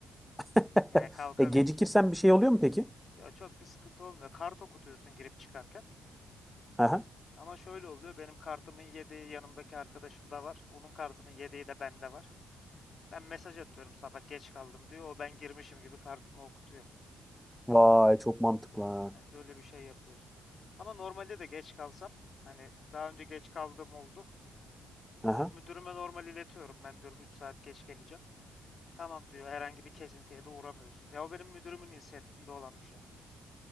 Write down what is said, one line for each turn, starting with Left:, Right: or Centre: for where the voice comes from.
Centre: <laughs>
Left: Yani kalkabileceğim.
Centre: E gecikirsen bir şey oluyor mu peki?
Left: Ya çok bir sıkıntı olmuyor. Kart okutuyorsun girip çıkarken.
Centre: Hı hı.
Left: Ama şöyle oluyor. Benim kartımın yedeği yanımdaki arkadaşım da var. Onun kartının yedeği de bende var. Ben mesaj atıyorum sabah geç kaldım diyor. O ben girmişim gibi kartımı okutuyor.
Centre: Vay çok mantıklı ha.
Left: Evet, öyle bir şey yapıyorsun. Ama normalde de geç kalsam hani daha önce geç kaldığım oldu.
Centre: Hı hı.
Left: Müdürüme normal iletiyorum. Ben diyorum 3 saat geç geleceğim. Tamam diyor. Herhangi bir kesintiye de uğramıyorsun. Ya o benim müdürümün inisiyatifinde olan bir şey.